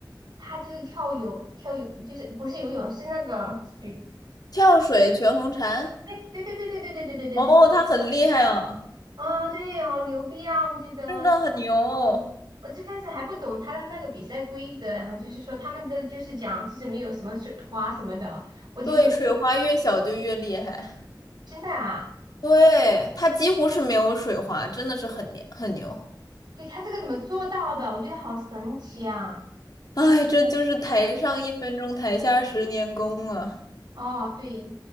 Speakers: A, on the right; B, on the left.
A: 他就是跳泳跳泳，就是不是游泳是那个水，
B: 跳水、全红婵，
A: 哎，对对对对对对对对对对，
B: 哦，他很厉害啊，
A: 啊，对，好牛逼啊！我觉得
B: 真的很牛。
A: 我最开始还不懂他的那个比赛规则，然后就是说他们都就是讲就是没有什么水花什么的，我就觉得
B: 对，水花越小就越厉害，
A: 真的啊。
B: 对，他几乎是没有水花，真的是很牛很牛。
A: 对，他这个怎么做到的？我觉得好神奇啊！
B: 哎，这就是台上一分钟，台下十年功啊。
A: 哦，对，